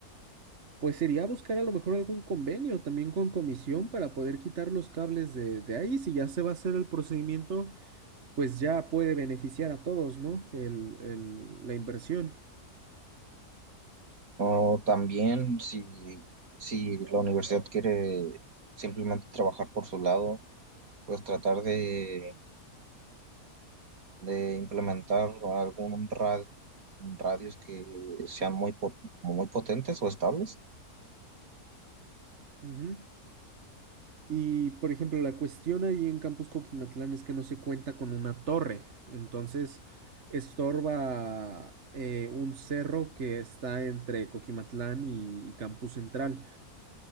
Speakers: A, on the right; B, on the right.
A: pues sería buscar a lo mejor algún convenio también con comisión para poder quitar los cables de, de ahí. Si ya se va a hacer el procedimiento, pues ya puede beneficiar a todos, ¿no? El, el- la inversión.
B: O también si, si la universidad quiere simplemente trabajar por su lado, pues tratar de, de implementar algún ra- radios que sean muy, po- como muy potentes o estables.
A: Ujú. Y, por ejemplo, la cuestión ahí en Campus Coquimatlán es que no se cuenta con una torre, entonces estorba eh, un cerro que está entre Coquimatlán y, y Campus Central.